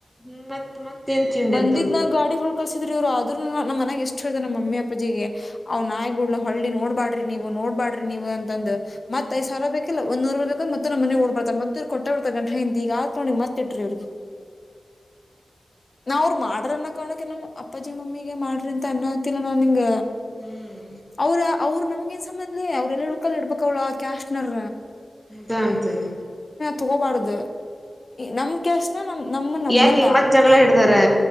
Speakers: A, in the centre; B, on the left.
A: ಹ್ಮ್ ಮತ್ ಮತ್ತೇನ್ ತಿಂಡಿ
B: ಬಂದಿದ್
A: ಅಂತ ಅವ್ರದು
B: ನ ಗಾಡಿ ರೋಕಷಿ ಇವರು ಆದ್ರ ನ್ ಮನಾಗ ಇಷ್ಟುೇತಾರೆ ನಮ್ಮಿ ಅಪ್ಪ ಜಿಗೆ ಅವ್ ನಾಯ್ಿುಡ್ ಹಳ್ಳಿ ನೋಡ್ಬಾಡ್ರಿ ನೀವು ನೋಡ್ಬಾಡ್ರಿ ನೀವು ಅಂತಂದ್ ಮತ್
A: ಹ್ಮ್
B: ಐ್ ಸಾವಿರ ಬೇಕ ಇಲ್ಲ ಒಂದೂವರೆಗ ಮತ್ತ ನಮ್ಮ ಮನೆ ಓಡ್ರ್ತ ಮತ್ತ ಇ್ ಕೊಟ್ಟ ಬರ್ತ ಗಂಟ ಹಿಂದ ಈಗತ ನೋಡಿ ಮತ್ತೆ ಇ್ರ ಇವ್ರಿಗೆ <inaudible> ನಾವ ಅವರು ಮಾಡ್ರನ್ನ ಕಾಣಕ ನಮಮ್ಮ್ ಅಪ್ಪಾಜಿ ಮಮ್ಮಿಗೆ ಮಾಡ್ರಿ ಅಂತ ಅನ್ನ ಆತಿಲ್ಲ ನಾನ್ಿಂಗ
A: ಹ್ಮ್
B: ಅವ್ರ ಅವ್ರು ನಮ್ಗೆ ನ್ ಸಮಬ ಅವ್ರ ಎಲ್ಲ ಹಡುಕಲ್ಲ ಇಡ್ಬೇಕ ಅವ್ಳ ಕ್ಯಾಶ್ನರ್
A: ದ ಅಂತನೆ
B: ತಗೋಬಾರ್ದ ನಮ್ ಕೆಸ ನಮ ನಮ್ಮ ನಂಬಲ್ಲ
A: ಯಾಕ ಈಗ ಮತ್ ಜಗಳ ಹಿಡ್ದಾರ